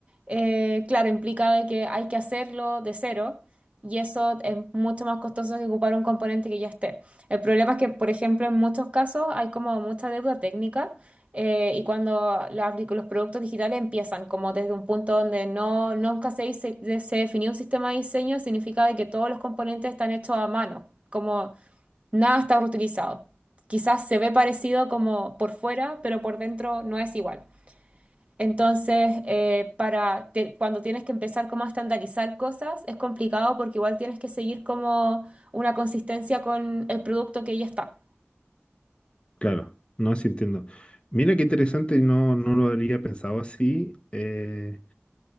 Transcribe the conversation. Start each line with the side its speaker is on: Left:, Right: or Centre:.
Right: eh, claro, implica de que hay que hacerlo de cero y eso es mucho más costoso que ocupar un componente que ya esté. El problema es que, por ejemplo, en muchos casos hay como mucha deuda técnica eh, y cuando la apli- los productos digitales empiezan como desde un punto donde no, nunca se, dise- de- se definió un sistema de diseño, significa de que todos los componentes están hechos a mano, como nada está reutilizado. Quizás se ve parecido como por fuera, pero por dentro no es igual. Entonces, eh, para te- cuando tienes que empezar como a estandarizar cosas, es complicado porque igual tienes que seguir como una consistencia con el producto que ya está.
Left: Claro, no, sí entiendo. Mira qué interesante, no, no lo habría pensado así. eh,